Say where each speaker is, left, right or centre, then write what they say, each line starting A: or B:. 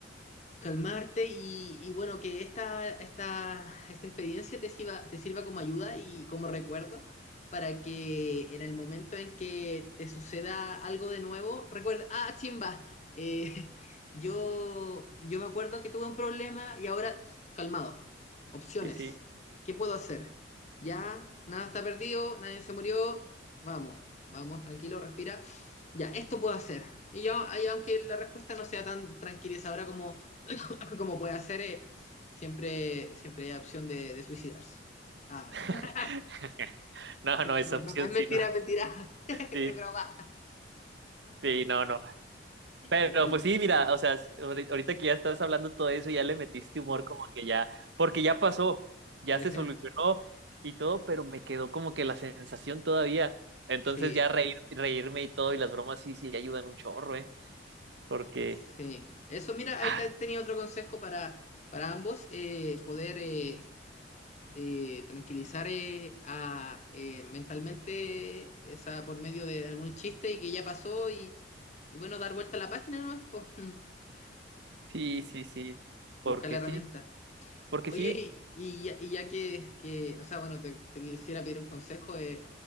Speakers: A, on the left (about 35°); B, on the right (about 65°).
A: calmarte y, y bueno, que esta, esta, esta experiencia te sirva, te sirva como ayuda y como recuerdo para que en el momento en que te suceda algo de nuevo, recuerda, ah, chimba, eh, <laughs> yo, yo me acuerdo que tuve un problema y ahora, calmado, opciones,
B: Sí, sí.
A: ¿qué puedo hacer? Ya, nada está perdido, nadie se murió, vamos, vamos, tranquilo, respira, ya, esto puedo hacer. Y yo, ahí, aunque la respuesta no sea tan tranquilizadora como <laughs> como puede hacer, eh, siempre, siempre hay opción de, de suicidarse. Ah,
B: <laughs>
A: <laughs>
B: No,
A: es
B: no, esa opción
A: mentira,
B: sí, no.
A: es mentira. <laughs> Es
B: Sí,
A: broma.
B: sí, no, no. Pero
A: Disculpe.
B: pues sí, mira, o sea, ahori- ahorita que ya estás hablando todo eso, ya le metiste humor como que ya, porque ya pasó, ya
A: Ajá,
B: se solucionó y todo, pero me quedó como que la sensación todavía. Entonces
A: Sí,
B: ya reír, reírme y todo y las bromas sí, sí ayudan un chorro, ¿eh? Porque
A: sí. Eso, mira, ahí
B: Ah,
A: te- tenía otro consejo para, para ambos, eh, poder eh, eh, tranquilizar eh, a, eh, mentalmente esa, por medio de algún chiste y que ya pasó y, y bueno, dar vuelta a la página, ¿no? Pues, <laughs>
B: sí, sí, sí.
A: buscar
B: Porque
A: la herramienta.
B: sí, porque
A: Oye,
B: sí,
A: y y ya, y ya que, que, o sea, bueno, te, te quisiera pedir un consejo. eh,